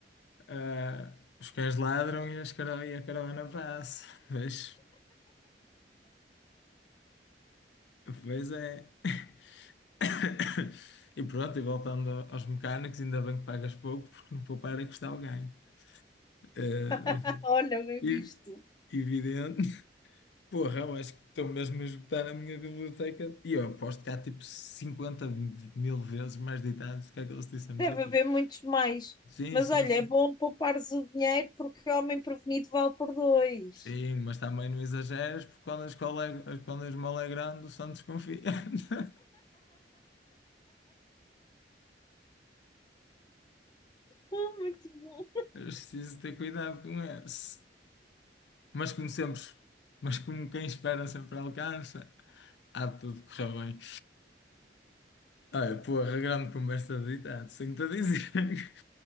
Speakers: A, on the left; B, on the left.
A: ah, os cães ladram e, as cara- e a caravana passa. Pois, pois é. <coughs> E pronto, e voltando ao- aos mecânicos, ainda bem que pagas pouco, porque não poupar é custar o ganho. Ah,
B: <laughs> Olha,
A: <laughs>
B: bem
A: e-
B: visto.
A: evidente. Porra, eu acho que estou mesmo a esgotar a minha biblioteca. E eu aposto que há tipo 50 mil vezes mais ditados do que aqueles que dissemos
B: Deve
A: aqui.
B: haver muitos mais.
A: Sim,
B: Mas
A: sim,
B: olha,
A: sim.
B: é bom poupares o dinheiro porque homem prevenido vale por dois.
A: Sim, mas também não exageres, porque quando a escola é, quando a esmola é grande, o santo desconfia. <laughs>
B: Ah, Muito bom.
A: Eu preciso ter cuidado com esse. Mas como sempre, mas como quem espera sempre alcança, há de tudo correr bem. Olha, porra, grande conversa de ditado, tenho te a dizer. <laughs>